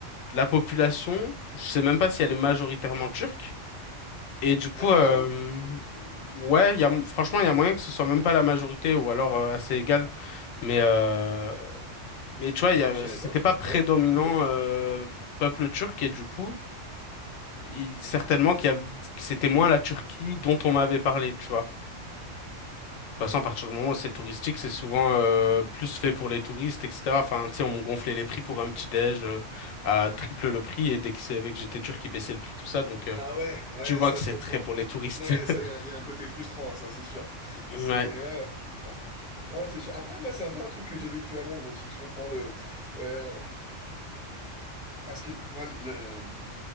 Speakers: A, on the left (about 85°); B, in the centre.
A: la population, je sais même pas si elle est majoritairement turque. Et du coup,
B: Ah, carrément?
A: euh, ouais, il y a, franchement, il y a moyen que ce soit même pas la majorité, ou alors euh, assez égal. Mais euh, mais tu vois, il y
B: Ah,
A: a-
B: je savais
A: c'était
B: pas,
A: pas
B: à ce
A: prédominant
B: point-là. Ok.
A: euh, peuple turc et du coup, il- certainement qu'il y a, que c'était moins la Turquie dont on m'avait parlé, tu vois. De toute façon, à partir du moment où c'est touristique, c'est souvent euh, plus fait pour les touristes, etc. Enfin, tu sais, on me gonflait les prix pour un petit déj euh, à triple le prix et dès qu'ils savaient que j'étais turc, ils baissaient le prix, tout ça. Donc, euh,
B: Ah ouais, ouais,
A: tu vois
B: ça
A: que c'est
B: je comprends.
A: très pour les touristes.
B: Ouais,
A: <laughs>
B: ça, il y, a il y a un côté frustrant, hein, ça c'est sûr.
A: Ouais,
B: C'est... Ouais, ouais, je comprends. Non, c'est sûr. Après, moi, c'est un peu un truc que j'ai vécu à Londres aussi. Je comprends le... euh, on- Parce que moi, le, le-